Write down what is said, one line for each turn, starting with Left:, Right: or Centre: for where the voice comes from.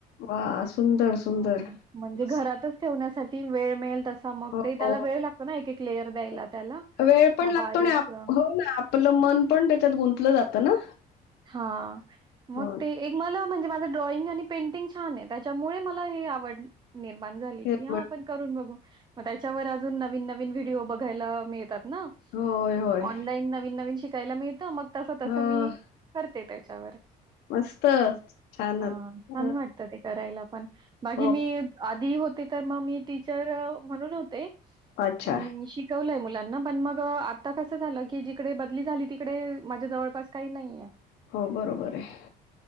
Left: वाह! सुंदर, सुंदर.
Right: <inaudible> म्हणजे
Left: मस्त.
Right: घरातच ठेवण्यासाठी ती वेळ मिळेल तस ती मग
Left: हो,
Right: ते त्याला वेळ लागतो ना एक-एक लेअर द्यायला
Left: हो.
Right: त्याला
Left: वेळ पण
Right: मग
Left: लागतो
Right: बारीक
Left: आणि आप हो ना आपलं मन पण त्याच्यात गुंतलं जात ना.
Right: हा मग
Left: हो
Right: ते एक मल म्हणजे माझं ड्रॉइंग आणि पेंटिंग छान आहे त्याच्यामुळे मला हे आवड निर्माण झाली
Left: ते
Right: की हा
Left: पण
Right: आपण करून बघू मग त्याच्यावर अजून नवीन नवीन व्हिडिओ बघायला मिळ त्यात ना.
Left: होय, होय.
Right: ऑनलाईन नवीन नवीन शिकायला मिळत मग तस-तस
Left: हं,
Right: मी करते त्याच्यावर.
Left: मस्त छानच.
Right: हा छान
Left: हं,
Right: वाटते. करायला पण बागी
Left: हो.
Right: मी आधी होते तर मग मी टीचर म्हणून होते.
Left: अच्छा.
Right: मी शिकवलंय मुलांना पण मग आता कसं झालं की जिकडे बदली झाली तिकडे माझ्या जवळपास काही नाहीय.
Left: हो बरोबर आहे.